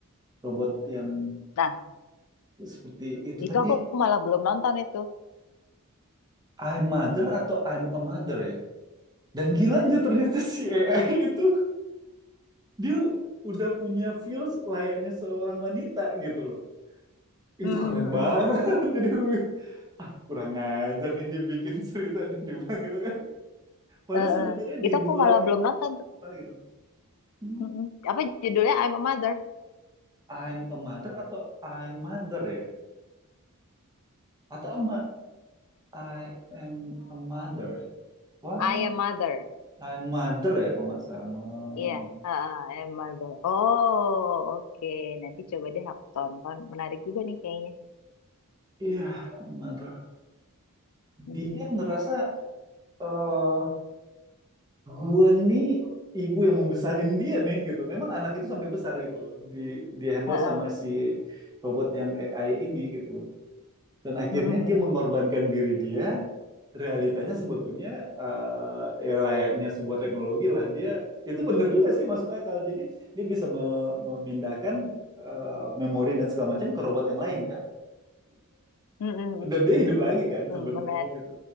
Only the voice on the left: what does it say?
Nah,
itu
aku malah belum nonton itu.
Hmm.
Eh,
eh. Itu
aku
malah
belum nonton tuh.
Mm-mm. Apa judulnya? I'm a Mother.
I am Mother.
Iya, ah, ah, I am Mother. Oh, oke. Nanti coba deh aku tonton. Menarik juga nih kayaknya.
Mm-mm.
Ah, ah.
Mm-mm, mm-mm.
Mm-mm,
mm-mm.
Mm-mm,
Menarik.